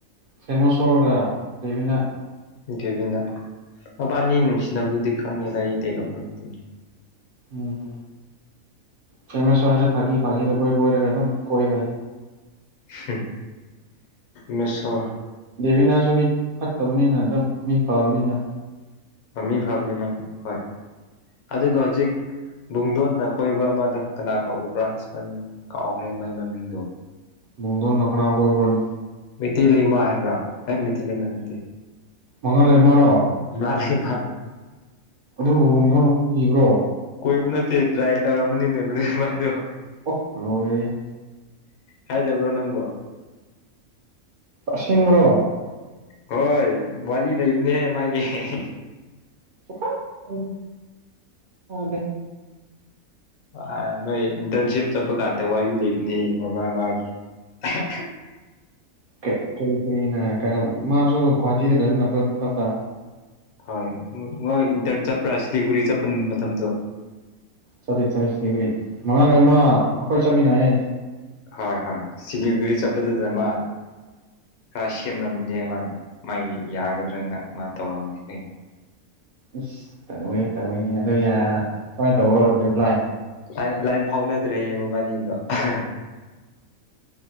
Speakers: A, on the right (about 65°); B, on the left (about 80°).
A: ꯊꯦꯃꯁꯣꯔꯒ ꯕꯦꯕꯤꯅꯥ
B: ꯗꯦꯕꯤꯅꯥ ꯃꯕꯥꯅꯤ ꯅꯨꯡꯁꯤꯅꯕꯗꯨꯗꯤ ꯈꯪꯉꯦꯗ ꯑꯩꯗꯤ <unintelligible>
A: ꯎꯝ ꯐꯦꯃꯦꯁꯣꯔꯁꯨ ꯐꯥꯒꯤ ꯐꯥꯒꯤꯗ ꯀꯣꯏ ꯀꯣꯏꯔꯒ ꯑꯗꯨꯝ ꯀꯣꯏꯈ꯭ꯔꯦ
B: ꯍꯝ ꯃꯤꯁꯣ
A: ꯕꯦꯕꯤꯅꯁꯨ ꯃꯤ ꯐꯠꯇꯕꯅꯤꯅ ꯗꯨꯝ ꯃꯤ ꯐꯕꯅꯦꯗ
B: ꯑ ꯃꯤ ꯐꯥꯕꯅꯦ ꯃꯥ ꯍꯣꯏ ꯑꯗꯨꯒ ꯍꯧꯖꯤꯛ ꯕꯨꯡꯗꯣꯟꯅ ꯀꯣꯏꯕ ꯑꯃꯗꯣ ꯀꯅꯥ ꯀꯧꯕ꯭ꯔꯥ <unintelligible> ꯀꯥꯎꯈ꯭ꯔꯦ ꯃꯥꯏ ꯃꯃꯤꯡꯗꯣ
A: ꯕꯨꯡꯗꯣꯟꯅ ꯈꯅꯥ ꯀꯣꯏꯕ꯭ꯔꯣꯅꯦ
B: ꯃꯩꯇꯩꯂꯩꯃꯥ ꯍꯥꯏꯕ꯭ꯔꯥ ꯑꯩ ꯃꯩꯇꯩꯩ ꯂꯩꯃ ꯅꯠꯇꯦ
A: ꯃꯉꯥꯜꯂꯩꯃꯥꯔꯣ
B: ꯃꯥꯟꯅꯦ ꯃꯥ
A: ꯑꯗꯨꯕꯨ ꯕꯨꯡꯗꯣꯟꯅ ꯀꯣꯢꯕ꯭ꯔꯣ
B: ꯀꯣꯏꯕ ꯅꯠꯇꯦ ꯇ꯭ꯔꯥꯏ ꯇꯧꯔꯝꯕꯅꯤꯅꯦ ꯃꯥꯗꯨ ꯅꯨꯄꯥꯗꯨ
A: ꯑꯣ ꯂꯣꯏꯔꯦ
B: ꯍꯥꯏꯗꯕ꯭ꯔꯣ ꯅꯪꯕꯨ
A: ꯑꯁꯦꯡꯕꯔꯣ
B: ꯍꯣꯏ ꯋꯥꯔꯤ ꯂꯩꯕꯅꯦꯍꯦ ꯃꯥꯒꯤ ꯍꯦꯍꯦ
A: <unintelligible> ꯗꯦ
B: ꯑꯥ ꯅꯣꯏ ꯏꯟꯇꯔꯟꯁꯤꯞ ꯆꯠꯄꯀꯥꯟꯗ ꯋꯥꯔꯤ ꯂꯩꯕꯅꯦ ꯃꯕꯥ ꯃꯥꯒꯤ ꯑꯍꯥꯍꯥ
A: ꯀꯩ ꯀꯔꯤ ꯀꯔꯤꯅ ꯀꯩꯅꯣ ꯃꯥꯁꯨ ꯒꯣꯍꯥꯇꯤꯗ ꯂꯩꯕ ꯅꯠꯇ꯭ꯔꯣ ꯑꯗꯨ ꯃꯇꯝꯗ
B: ꯍꯣꯏ ꯃꯣꯢ ꯏꯟꯇ꯭ꯔꯟ ꯆꯠꯄ꯭ꯔꯥ ꯁꯤꯂꯤꯒꯨꯔꯤ ꯆꯠꯄ <unintelligible> ꯃꯇꯝꯗꯨ
A: ꯆꯠꯂꯦ ꯆꯠꯂꯦ ꯁꯤꯂꯤꯒꯨꯔꯤ ꯃꯉꯥꯜꯂꯩꯃꯥ ꯑꯈꯣꯏ ꯆꯠꯃꯤꯟꯅꯩꯌꯦ
B: ꯍꯣꯏ ꯍꯣꯏ ꯆꯤꯂꯤꯒꯨꯔꯤ ꯆꯠꯄꯗꯨꯗ ꯃꯥ ꯈꯔ ꯁꯦꯝꯔꯝꯕꯅꯦ ꯃꯥꯅ ꯃꯥꯒꯤ ꯌꯥꯒꯗ꯭ꯔꯅ ꯃꯥꯥ ꯇꯧꯔꯝꯕꯅꯤ ꯀꯩ
A: ꯢꯁ ꯇꯧꯋꯦ ꯇꯧꯋꯦꯍꯦ ꯑꯗꯣ ꯌꯥ ꯀꯃꯥꯏꯅ ꯇꯧꯕ꯭ꯔꯣ ꯔꯤꯄ꯭ꯂꯥꯏ
B: ꯂꯥꯏꯟ ꯂꯥꯢꯟ ꯐꯥꯎꯅꯗ꯭ꯔꯦꯌꯦ ꯃꯕꯥꯅꯤꯒꯤꯗꯣ ꯑꯍꯥ